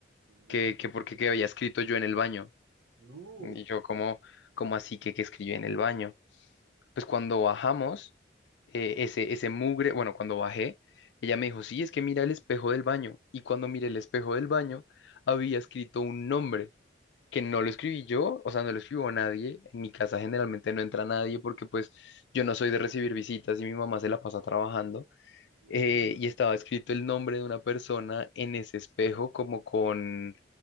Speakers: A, on the right (about 65°); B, on the left (about 65°).
A: ya.
B: que, que porque qué había escrito yo en el baño.
A: No,
B: Y yo como, como así que, que escribí en el baño. Pues cuando bajamos, eh, ese, ese mugre, bueno, cuando bajé, ella me dijo, sí, es que mira el espejo del baño. Y cuando miré el espejo del baño, había escrito un nombre que no lo escribí yo, o sea, no lo escribió nadie. En mi casa generalmente no entra nadie porque pues yo no soy de recibir visitas y mi mamá se la pasa trabajando.
A: wow
B: Eh, y estaba escrito el nombre de una persona en ese espejo como con